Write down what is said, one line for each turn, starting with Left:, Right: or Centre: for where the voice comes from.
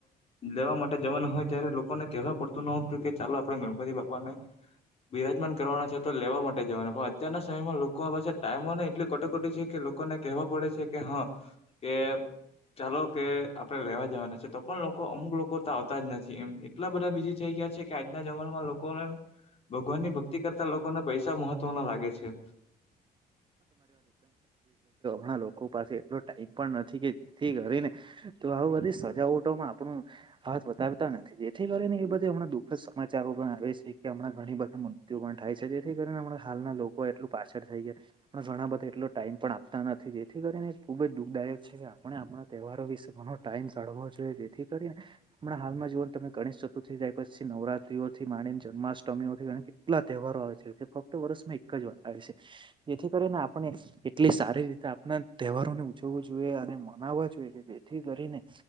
Left: લેવા માટે જવાનું હોય. ત્યારે લોકોને કેવા પડતું નહતું કે ચાલો આપણેે ગણપતિ બાપા ને બિરાજમાન કરવાના છે તો લેવા માટે જવાના પણ અત્યારના સમયમાં લોકો પાસે ટાઈમોને એટલી કટોકટી છે કે લોકોને કેવા પડે છે કે હ કે ચાલો કે આપડે લેવા જવાના છે તો પણ લોકો અમુક લોકો તો આવતા જ નથી એમ એટલા બધા બીઝી થઈ ગ્યા છે કે આજના જમાંનામાં લોકોને ભગવાન ની ભક્તિ કરતા લોકોને પૈસા મહત્વના લાગે છે.
Right: ઘણા લોકો પાસે એટલો ટાઈમ પણ નથી કેથી કરીને તો આ બધી સજાવટોમાં આપણું હાથ વધારતા નથી થી કરીને એ બધા હમણાં દુખદ સમાચારો પણ આવે છે કે હમણાં ઘણી બધા મૃત્યુ પણ થાય છે જેથી કરીને હમણાં હા ના લોકો એટલું પાછળ થઈ ગ્યા પણ ઘણા બધા એટલો ટાઈમ પણ આપતા નથી, જેથી કરીને ખુબ જ દુઃખદાયક છે આપણે આપણા તહેવારો વિશે ટાઈમ કાઢવો જોઈએ જેથી કરીને હમણાં હાલમાં જોઓ ને તમે ગણેશ ચતુર્થી જાય પછી નવરાત્રી ઓથી માણીને જન્માષ્ટમીઓથી ઘણી કેટલા તહેવારો આવે છે, તે ફક્ત વર્ષમાં એક જ વાર આવે છે. જેથી કરીને આપણે એટલી સારી રીતે આપણા તહેવારો ને ઉજવવું જોઈએ અને મનાવવા જોઈએ થી કરીને